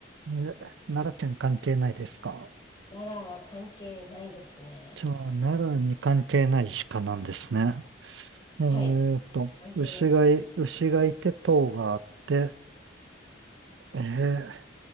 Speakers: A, on the right (about 80°); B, on the left (about 25°).
A: ー奈良県関係ないですか
B: 奈良は関係ないですね。
A: じゃあ、奈良に関係ない鹿なんですね。えーと、
B: はい。関係ないですね。
A: 牛がい、牛がいて、塔があって、えー、